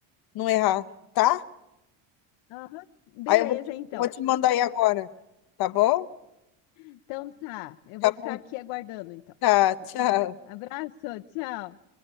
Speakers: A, on the left; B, on the left.
A: não errar,
B: sim,
A: tá?
B: aham, beleza
A: Aí eu vou te,
B: então.
A: vou te mandar aí agora, tá bom?
B: Então tá, eu
A: Tá
B: vou
A: bom,
B: ficar aqui aguardando então.
A: tá, tchau.
B: <laughs> Abraço, tchau.